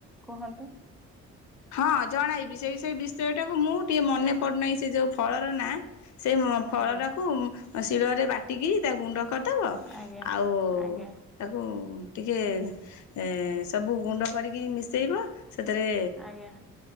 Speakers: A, in the centre; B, on the left (about 70°).
A: କୁହନ୍ତୁ?
B: ହଁ ଜଣାଇବି ସେଇ ସେଇ ବିଷୟ ଟାକୁ ମୁଁ ଟିକେ ମନେ ପଡୁନାହିଁ ସେ ଯଉ ଫଳର ନା ସେ ଫଳ
A: ଆଜ୍ଞା
B: ଟାକୁ ଶିଳରେ ବାଟିକି ତା ଗୁଣ୍ଡ କରିଦବ
A: ଆଜ୍ଞା
B: ଆଉ
A: ଆଜ୍ଞା
B: ତାକୁ ଟିକଏ ଏ-ସବୁ ଗୁଣ୍ଡ କରିକି ମିଶେଇବ। ସେତେରେ
A: ଆଜ୍ଞା